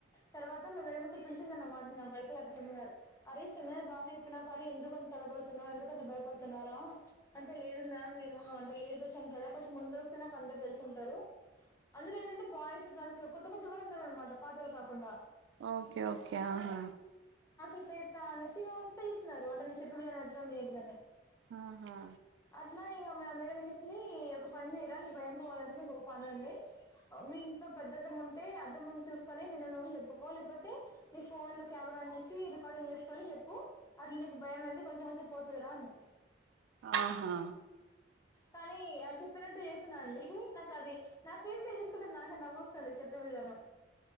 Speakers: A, on the left; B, on the right.
A: తర్వాత <unintelligible> అరే సెమినార్ బనే చెప్పినవే కానీ ఎందుకు తడబడుతున్నావ్ ఎందుకు భయపడుతున్నారా అంటే లేదు మ్యామ్ నేను అంటే లేదు చ్చాను కదా కొంచెం ముందు వస్తే నాకు అందరు తెలిసి ఉంటారు అందులో ఏంటంటే బాయ్స్ గర్ల్స్ సో కొత్త కొత్తవరు ఉన్నారు అనమాట పాత్రలు కాకుండా
B: ఓకే ఓకే ఆహా
A: ఎట్లయితే అనేసిగా వంటే ఇస్తున్నారు వంట నే చెప్పి విజాం ఎట్లా ఉంది ఏంటిదని
B: ఆహా
A: ఇలా ఇక మ మేడ చేసింది ఒక పని చేయరా నీ భయం పోవాలంటే నీకు ఒక పని ఉంది మీ ఇంట్లో పెద అద్దం ఉంటే అద్దం ముందు చూసుకొని నిన్ను నువ్వు చెప్పుకో లేకపోతే నీ ఫోన్ లో కమెరా ఆన్ చేసి రికార్డింగ్ చేసుకోని చెప్పు అట్లు నీకు భయం అనేది కొంచెం కొంచెం పోతదిరా ఉన్నాయి
B: ఆహా
A: కానీ ఆ చెప్పినట్టు చేసిన అండి నాకు అది నా సత తీసుకుంటే నాకే నవ్స్తుంది చెప్పే విధానం